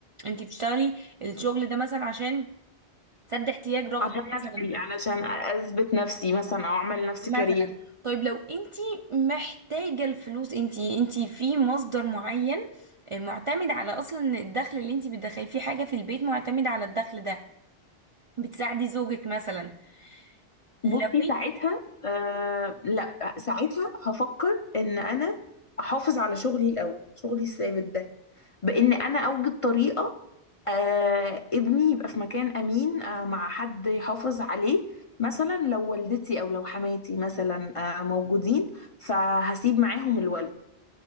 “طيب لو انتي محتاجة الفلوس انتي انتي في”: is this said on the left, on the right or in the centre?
Right